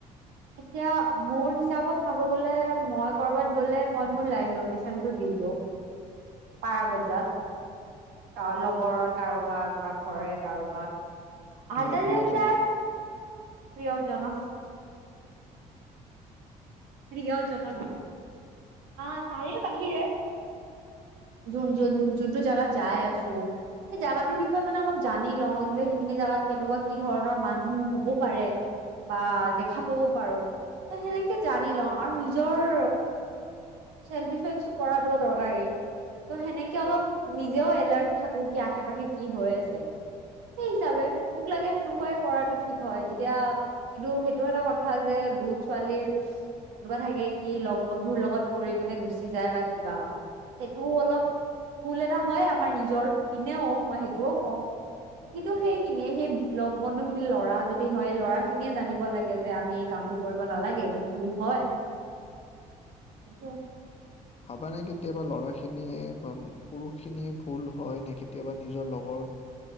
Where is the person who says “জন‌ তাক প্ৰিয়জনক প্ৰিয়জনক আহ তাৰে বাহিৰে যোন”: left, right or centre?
Right